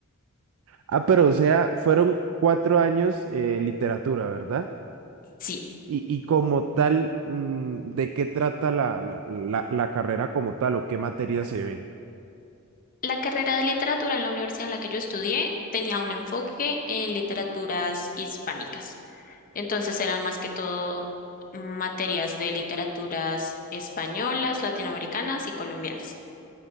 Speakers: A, on the right (about 65°); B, on the left (about 40°).
A: Ah, pero o sea, fueron cuatro años eh, literatura, ¿verdad?
B: sí.
A: Y, y como tal, mm, ¿de qué trata la, la, la, la carrera como tal o qué materias se ven?
B: La carrera de literatura en la universidad en la que yo estudié tenía un enfoque en literaturas hispánicas. Entonces eran más que todo materias de literaturas españolas, latinoamericanas y colombianas.